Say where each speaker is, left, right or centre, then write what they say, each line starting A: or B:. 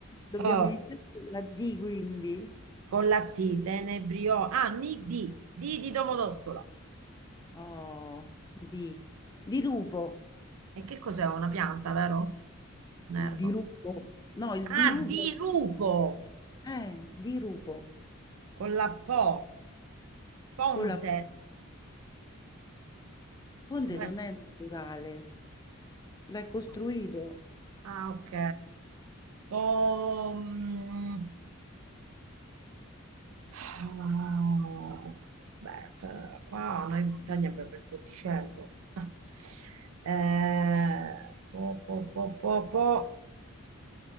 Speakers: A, on the left; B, on the right.
A: dobbiamo
B: Oh,
A: iniziare con la D quindi.
B: con la T, tenebriolo. Ah, ni di, di di Domodossola.
A: Oh, di, dirupo,
B: E che cos'è? Una pianta, vero? Un erbo.
A: il dirupo, no, il
B: Ah,
A: dirupo,
B: di rupo.
A: eh, dirupo,
B: Con la po. Ponte.
A: con la, il ponte
B: Ci può
A: non
B: essere?
A: è naturale, l'hai costruito,
B: No. Ah, ok. Pom... Ah, Beh, c- qua noi in montagna abbiamo il ponticello. <laughs> Eh, po, po, po, po, po.